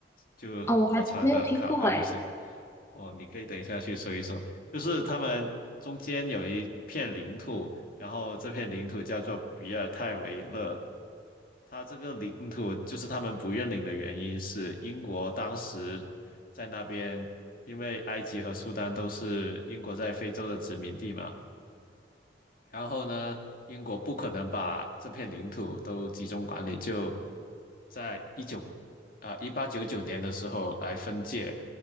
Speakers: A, on the left (about 50°); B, on the left (about 15°).
A: 就 <laughs>
B: 哦，我还没有听过哎。
A: 国产的卡牌游戏。哦，你可以等一下去搜一搜，就是他们中间有一片领土，然后这片领土叫做比尔泰维勒。它这个领土就是他们不认领的原因是英国当时在那边，因为埃及和苏丹都是英国在非洲的殖民地嘛，然后呢，英国不可能把这片领土都集中管理，就在一九啊一八九九年的时候来分界，